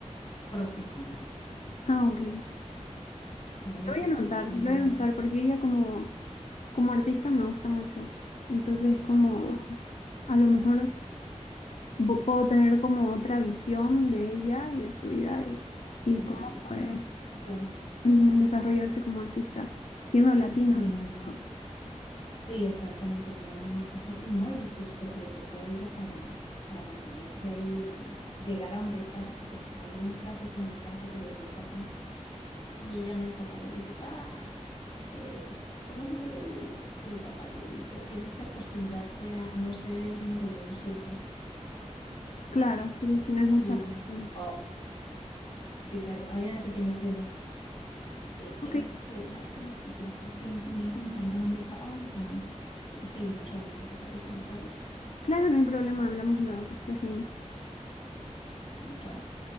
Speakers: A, on the left; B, on the left.
A: profesional,
B: Ah, ok.
A: cómo le
B: Lo
A: tocó
B: voy a anotar,
A: duro
B: lo voy a anotar porque ella como, como artista me gusta mucho. Entonces, como
A: Sí,
B: a lo mejor vo- puedo tener como otra visión de ella y de su vida y, y
A: ella,
B: cómo fue
A: sí, sí, claro.
B: ujú, desarrollarse como artista, siendo latina
A: Bueno,
B: sobre
A: Adriana,
B: todo.
A: sí, exactamente, llama más rápido, ¿no? Y pues lo que le tocó a ella para, para mantenerse ahí en llegar a donde está, porque pues hay una frase que me encanta que le dejó el papá, y ella llama al papá y le dice, pa, eh, somos número uno, y el papá le dice, tienes que acostumbrarte a no ser el número uno siempre,
B: Claro, no es mucha
A: y uno,
B: presión.
A: wow, sí, claro, Adriana, te tengo que dejar. eh,
B: Ok,
A: tengo que dejárselo, pues tengo aquí un conveniente, me están llamando acá. Ay, ya, ¿quieres seguimos hablando? ¿Te parece más tarde?
B: claro, no hay problema, hablamos luego, que estés bien.
A: Bueno, chao.